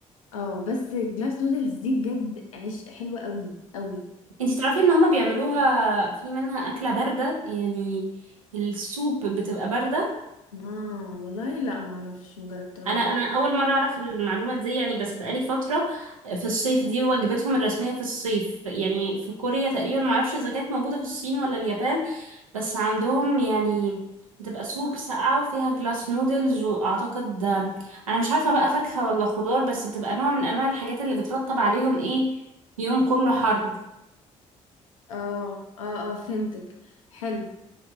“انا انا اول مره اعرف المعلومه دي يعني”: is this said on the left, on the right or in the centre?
Right